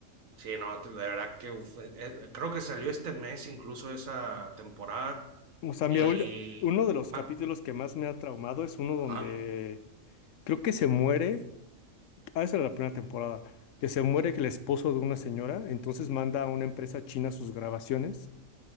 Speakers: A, on the right (about 85°); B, on the left (about 75°).
A: Sí, no, te- de verdad que uf, eh, eh, creo que salió este mes incluso esa temporada
B: O sea, mira,
A: y...
B: ahorita- uno de los capítulos
A: Ah,
B: que más me ha traumado es uno donde
A: ah,
B: creo que se muere, ah, esa era la primera temporada, que se muere el esposo de una señora, entonces manda a una empresa china sus grabaciones